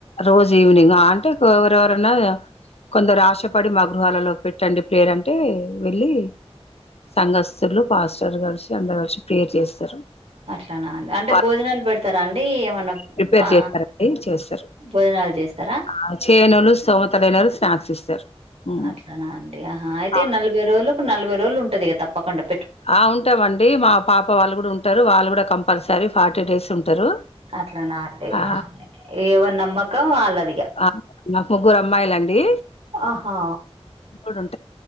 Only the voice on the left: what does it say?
రోజు ఈవినింగ్ అంటే ఎవరెవరనా కొందరు ఆశపడి మా గృహాలలో పెట్టండి పేర్ అంటే వెళ్ళి సంఘస్స్తులు పాస్టర్ కలిసి అందరు కలిసి ప్రేయర్ చేస్తారు
వాళ్ళ
ప్రిపేర్
చేస్తారండి చేస్తారు
ఆ, చేయనోళ్ళు స్తోమత లేనోళ్ళు స్నాక్స్ ఇస్తారు ఉమ్
ఆ
ఆ ఉంటావండి మా పాప వాళ్ళ కూడా ఉంట వాళ్ళు కూడా కంపల్సరీ ఫార్టీ ర్టీ డేస్ ఉంటారు
ఆ
అ మాకు ముగ్గురు అమ్మాయిలండి
ఉడి